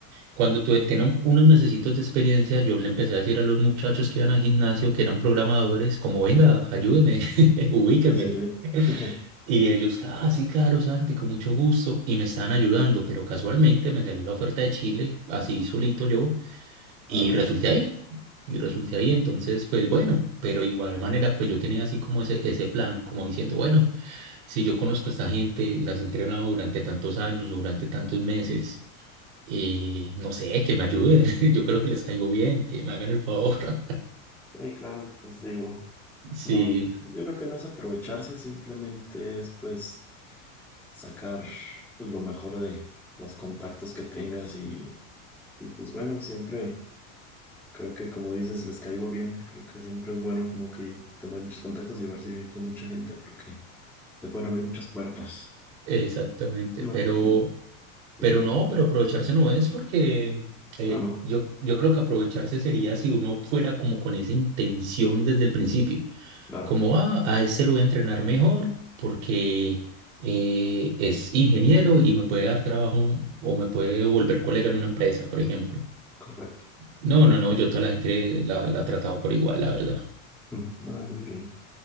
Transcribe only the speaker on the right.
Cuando tuve, tenía un- unos mesecitos de experiencia, yo le empecé a decir a los muchachos que iban al gimnasio, que eran programadores, como, venga, ayúdeme, <laughs> ubíqueme.
Y ellos, ah, sí, claro, Santi, con mucho gusto. Y me estaban ayudando, pero casualmente me salió la oferta de Chile, así solito yo, y
resulté ahí. Y resulté ahí, entonces, pues bueno, pero igual manera, pues yo tenía así como ese, ese plan, como diciendo, bueno, si yo conozco a esta gente, las he entrenado durante tantos años, durante tantos meses. Y no sé, que me ayuden. <laughs> Yo creo que les caigo bien, que me hagan el favor. <laughs>
Sí,
exactamente.
Pero,
pero
no, pero aprovecharse no es porque eh,
yo, yo creo que aprovecharse sería si uno fuera como con esa intención desde el principio.
Como, ah, a ese lo voy a entrenar mejor porque eh, es ingeniero y me puede dar trabajo o me puede volver colega en una empresa, por ejemplo.
No, no, no, yo toda la gente la, la he tratado por igual, la verdad.